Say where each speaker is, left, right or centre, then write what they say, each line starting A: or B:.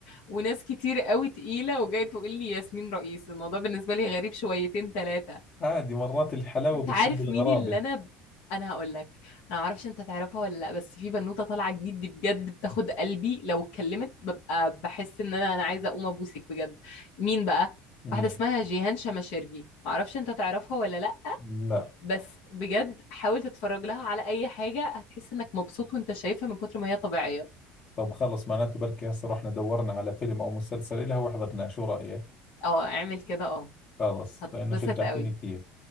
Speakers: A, on the left; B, on the left.
A: وناس كتير قوي تقيلة وجاي تقول لي ياسمين رئيس الموضوع بالنسبة لي غريب شويتين ثلاثة
B: عادي مرات الحلاوه
A: انت
B: بتكون
A: عارف
B: بالغرابه
A: مين اللي انا ب... انا هقول لك انا معرفش انت تعرفها ولا لا بس في بنوتة طالعة جديد دي بجد بتاخد قلبي لو اتكلمت ببقى بحس ان انا انا عايزة اقوم ابوسك بجد مين بقى
B: مية
A: واحدة اسمها جيهان شماشرجي معرفش انت تعرفها ولا لا
B: لا
A: بس بجد حاول تتفرج لها على اي حاجة هتحس انك مبسوط وانت شايفها من كتر ما هي طبيعية
B: طب خلص معناته بركي هسه رحنا دورنا على فيلم او مسلسل إلها وحضرناه شو رايك
A: اه اعمل كده اه
B: خلص
A: هتتبسط
B: لانه شجعتيني
A: قوي
B: كثير